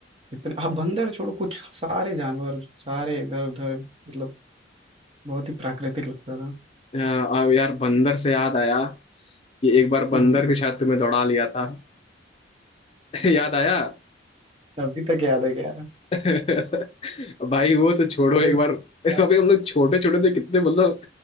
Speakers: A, on the right; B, on the left.
A: कितने हाँ बंदर छोड़ो कुछ सारे जानवर सारे इधर उधर मतलब बहुत ही प्राकृतिक लगता था
B: अ, अब यार बंदर से याद आया कि एक बार
A: हम्म
B: बंदर
A: हम्म,
B: भी शायद तुम्हें दौड़ा लिया था <laughs> याद आया
A: अभी तक याद है क्या
B: <laughs> भाई वो तो छोड़ो
A: अरे
B: एक
A: उसका
B: बार <laughs> अभी हम लोग छोटे छोटे थे कितने मतलब